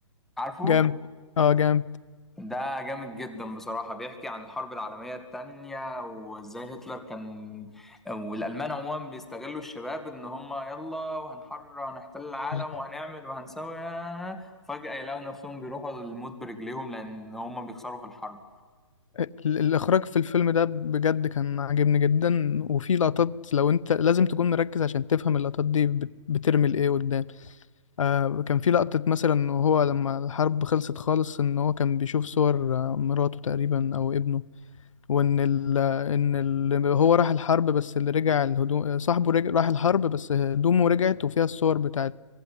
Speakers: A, in the centre; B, on the left.
A: عارفه؟
B: جامد اه جامد
A: ده جامد جدا بصراحة بيحكي عن الحرب العالمية التانية وازاي هتلر كان والألمان عموما بيستغلوا الشباب ان هم يلا وهنحرر وهنحتل العالم
B: بالظبط.
A: وهنعمل وهنسوي آه، فجأة يلاقوا نفسهم بيروحوا للموت برجليهم لأن هم بيخسروا في الحرب
B: ال- الإخراج في الفيلم ده بجد كان عاجبني جدا وفي لقطات لو أنت لازم تكون مركز عشان تفهم اللقطات دي بت- بترمي لإيه قدام آه كان في لقطة مثلا وهو لما الحرب خلصت خالص إن هو كان بيشوف صور آه، مراته تقريبا أو ابنه وإن ال إن ال هو راح الحرب بس اللي رجع الهدوم صاحبه رجع راح الحرب بس هدومه رجعت وفيها الصور بتاعت